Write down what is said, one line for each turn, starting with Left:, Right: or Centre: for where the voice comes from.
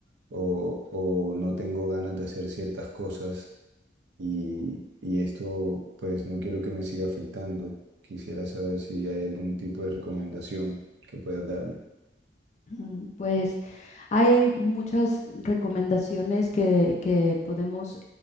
Right: o, o no tengo ganas de hacer ciertas cosas y, y esto pues no quiero que me siga afectando. Quisiera saber si hay algún tipo de recomendación que puedas darme.
Left: Mm, Pues hay muchas recomendaciones que, que podemos